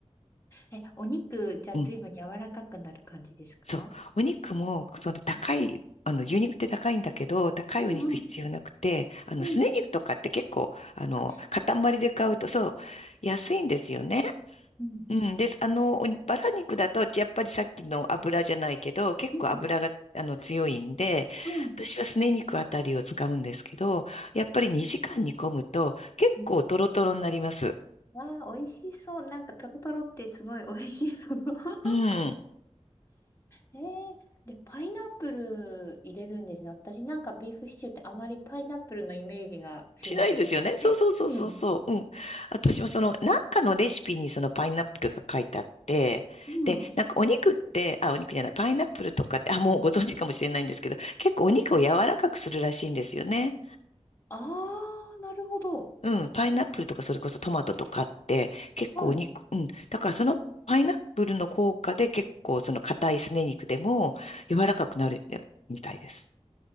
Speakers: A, on the left; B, on the left.
A: え、お肉、じゃあ随分柔らかくなる感じですか
B: うん、そう。お肉も、その高い、
A: うん
B: あの、牛肉って高いんだけど、高いお肉必要なくて、
A: うん
B: あの、
A: うん。
B: すね肉とかって結構、あの、
A: あ、
B: 塊で買うと、そう、安いんですよね。
A: うん
B: うん、です。あの、バラ肉だと、やっぱりさっきの油じゃないけど、結構油が、
A: うん
B: あの、強いんで、
A: うん
B: 私はすね肉あたりを使うんですけど、やっぱり2時間煮込むと、結構トロトロになります。
A: うん。わあ、美味しそう。なんか、トロトロってすごい美味しいと思う。<laughs>
B: うん。
A: えー、で、パイナップル入れるんですね。私なんかビーフシチューってあまりパイナップルのイメージがすいません、
B: しないですよね。
A: なくて。
B: そうそうそうそうそう。
A: うん。
B: うん。私もその、なんかのレシピにそのパイナップルが書いてあって、
A: うん。
B: で、なんかお肉って、あ、お肉じゃない、パイナップルとかって、あ、もうご存知かもしれないんですけど、結構お肉を柔らかくするらしいんですよね。
A: ああ、なるほど。
B: うん、パイナップルとかそれこそトマトとかって結構お肉、
A: はい。
B: うん、だからそのパイナップルの効果で結構その硬いすね肉でも柔らかくなるみたいです。